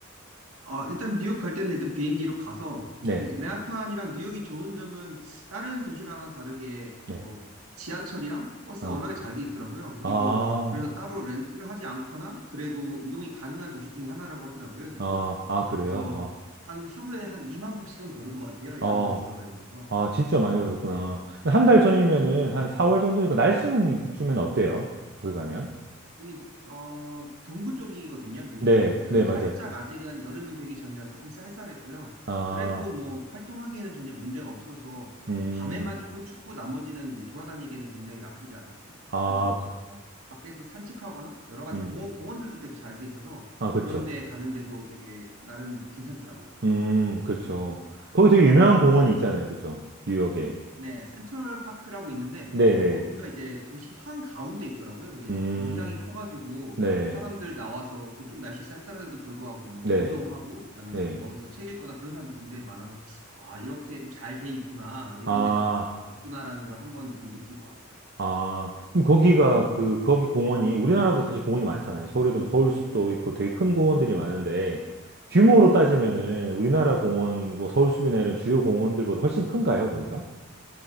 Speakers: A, on the right; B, on the right.
A: 어, 일단 뉴욕 갈 때는 일단 비행기로 가서
B: 네.
A: 네, 맨하탄이랑 뉴욕이 좋은 점은 다른 도시랑은 다르게
B: 네.
A: 어, 지하철이랑 버스가
B: 어.
A: 워낙에 잘 돼 있더라고요. 그리고
B: 아,
A: 그래서 따로 렌트를 하지 않거나 그래도 이동이 가능한 도시 중에 하나라고 하더라고요, 뉴욕이.
B: 아, 아, 그래요?
A: 그래서
B: 아.
A: 한 하루에 한 2만 보씩은 걸은 것 같아요.
B: 어.
A: 여러 군데 돌아다니면서.
B: 아, 진짜 많이 가셨구나. 한 달 전이면은 한 4월 정도니까 날씨는 그쯤엔 어때요? 거기 가면?
A: 이게 어 동부 쪽이거든요, 미국에서.
B: 네,
A: 그래서
B: 네,
A: 살짝
B: 맞아요.
A: 아직은 여름은 되기 전이라 조금 쌀쌀했고요.
B: 아,
A: 그래도 뭐 활동하기에는 전혀 문제가 없어서
B: 음,
A: 밤에만 조금 춥고 나머지는 이제 돌아다니기에는 굉장히 나쁘지 않았습니다.
B: 아,
A: 그래서
B: 그,
A: 뭐 밖에서 산책하거나 여러 가지
B: 음,
A: 공원, 공원들도 되게 잘 돼 있어서
B: 아, 그쵸.
A: 그런 데 가는데도 되게 나름 괜찮더라고요.
B: 음, 그쵸. 거기 되게 유명한 공원이 있잖아요. 그쵸. 뉴욕에.
A: 네, 센트럴 파크라고 있는데
B: 네네.
A: 거기가 이제 도심 한가운데 있더라고요. 근데
B: 음,
A: 이제 굉장히 커가지고
B: 네,
A: 사람들 나와서 그 좀 날씨 쌀쌀한데도 불구하고 뭐
B: 네,
A: 운동하고 그다음에
B: 네.
A: 뭐 거기서 책 읽거나 그런 사람도 굉장히 많아서 아, 이렇게 좀 잘 돼 있구나. 그래서 이런
B: 아,
A: 데가 있구나라는 걸 한번 좀 느끼고 왔어요.
B: 아, 그럼 거기가 그, 거기 공원이, 우리나라도 사실 공원이 많잖아요. 서울에도 서울숲도 있고 되게 큰 공원들이 많은데, 규모로 따지면은 우리나라 공원, 뭐 서울숲이나 이런 주요 공원들보다 훨씬 큰가요, 거기가?